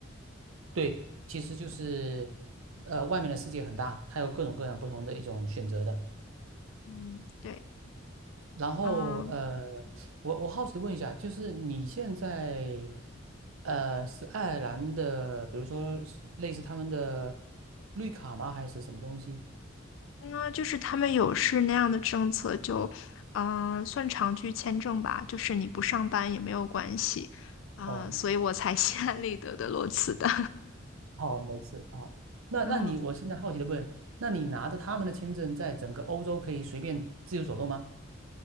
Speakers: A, on the right (about 80°); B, on the left (about 65°).
A: 对，其实就是，呃，外面的世界很大，它有各种各样不同的一种选择的。
B: 嗯，对。
A: 然后，
B: 嗯，
A: 呃，我我好奇的问一下，就是你现在，呃，是爱尔兰的，比如说是类似他们的绿卡吗？还是什么东西？
B: 那就是他们有是那样的政策，就嗯呃算长居签证吧，就是你不上班也没有关系啊，
A: 哦，
B: 所以我才 <laughs> 心安理得的裸辞的。
A: 好，没事啊。好那那你，
B: <laughs> 嗯。
A: 我现在好奇的问，那你拿着他们的签证，在整个欧洲可以随便自由走动吗？